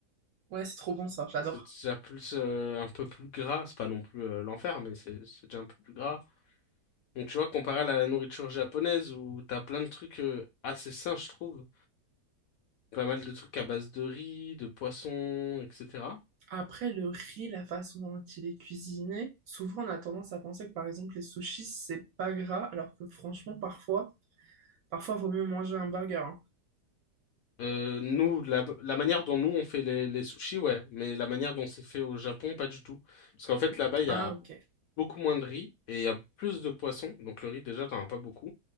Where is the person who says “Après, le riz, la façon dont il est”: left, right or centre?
Right